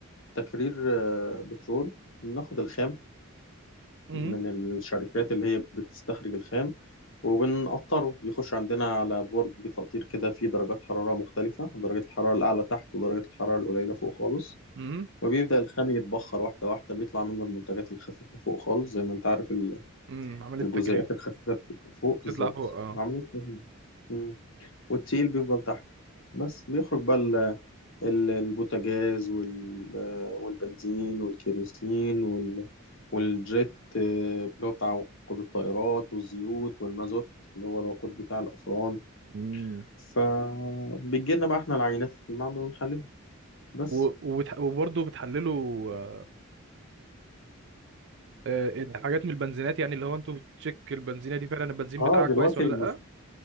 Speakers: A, on the left (about 60°); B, on the right (about 55°).
A: تكرير آه، بترول بناخد الخام
B: امم
A: من الشركات اللي هي بتستخرج الخام وبنقطره بيخش عندنا على برج تقطير كده فيه درجات حرارة مختلفة درجة الحرارة الأعلى تحت ودرجة الحرارة القليلة فوق خالص
B: امم
A: وبيبدأ الخام يتبخر واحدة واحدة بيطلع منه المنتجات الخفيفة فوق خالص زي ما أنت عارف ال-
B: امم عملية
A: الجزيئات
B: تكريم
A: الخفيفة بتبقى فوق بالظبط
B: تطلع فوق اه
A: عملية تهيئة. مم. والتقيل بيفضل تحت بس بيخرج بقى ال- البوتاجاز وال والبنزين والكيروسين وال والجيت آه، اللي هو بتاع وقود الطائرات والزيوت والمازوت اللي هو الوقود بتاع الأفران
B: امم
A: فبتجي لنا بقى احنا العينات في المعمل ونحللها بس
B: و- وبتح- وبرضه بتحللوا آه، آه، حاجات من البنزينات يعني اللي هو انتوا بتتشيك البنزينه دي فعلا البنزين
A: اه
B: بتاعك
A: دلوقتي
B: كويس ولا
A: المش...
B: لا